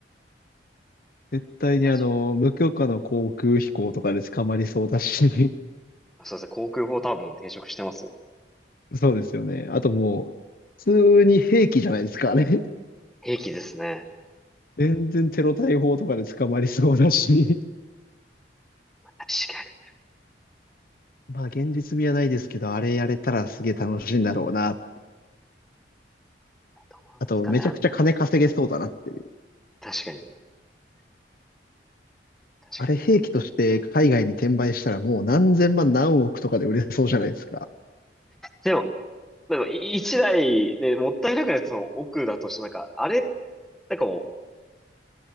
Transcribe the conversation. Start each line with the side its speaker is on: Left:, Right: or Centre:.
Left: 絶対にあの、
Centre: 確か
Left: 無許可の航空飛行とかで捕まりそうだし。
Centre: に。そうですね、航空法多分転職してますよね。
Left: <laughs> そうですよね。あともう、普通に兵器じゃないですか、あれ。
Centre: 兵器ですね。
Left: 全然テロ対法とかで捕まりそうだし。
Centre: 確かに。
Left: まあ、現実味はないですけど、あれやれたらすげえ楽しいんだろうな
Centre: どうなんですかね、
Left: あと、めちゃくちゃ金稼げそうだなっていう。
Centre: あの、確かに。確かに。
Left: あれ、兵器として海外に転売したらもう何千万何億とかで売れそうじゃないですか。
Centre: でも、でも、い一台ね、もったいなくないその奥だとして、なんか、あれ、なんかもう、